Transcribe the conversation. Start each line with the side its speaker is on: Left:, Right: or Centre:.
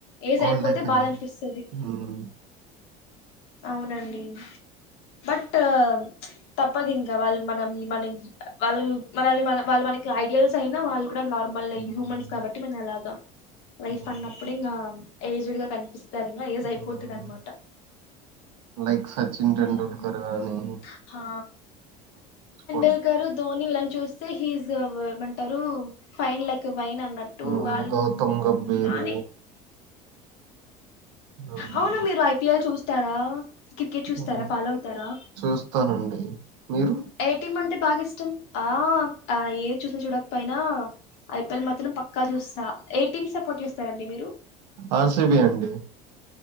Left: ఏజ్
Right: ఓల్డ్
Left: అయిపోతే
Right: అయిపోయినాడు.
Left: బాధ అనిపిస్తది
Right: హ్మ్.
Left: అవునండి బట్ తప్పదు ఇంకా వాళ్ళు మన మన వాళ్ళు మనల్ని మన వాళ్ళు మనకి ఐడియాల్స్ అయినా వాళ్ళు నార్మల్
Right: హ్మ్.
Left: హ్యూమన్స్ కాబట్టి మే ఎలాగ లైఫ్
Right: హ్మ్.
Left: అన్నప్పుడు ఇంకా ఏజ్డ్ గా కని పిస్తారంగా ఏజు
Right: హ్మ్.
Left: అయిపోత అనమాట
Right: లైక్ సచిన్ టెండూల్కర్
Left: హ్మ్
Right: గాని
Left: హా
Right: స్పో
Left: సచిన్ గారు ధోని వీళ్ళను చూస్తే హిస్ ఏమంటారు ఫైన్ లైక్ వైన అన్నట్టు
Right: హ్మ్.
Left: వాళ్ళు
Right: గౌతమ్ గంభీర్
Left: బానే
Right: హ్మ్.
Left: అవునా మీరు ఐపిఎల్ చూస్తారా క్రికెట్ చూస్తారా
Right: హ్మ్.
Left: ఫాలో అవుతారా
Right: చూస్తానండి. మీరు?
Left: ఎఐటిం అంటే బాగా ఇష్టం ఆ ఆ ఏ చూసిన చూడకపోయినా ఐపీఎల్ మాత్రం పక్కా చూస్తా ఏ టీం సపోర్ట్ చేస్తారండి మీరు
Right: ఆర్సిబి అండి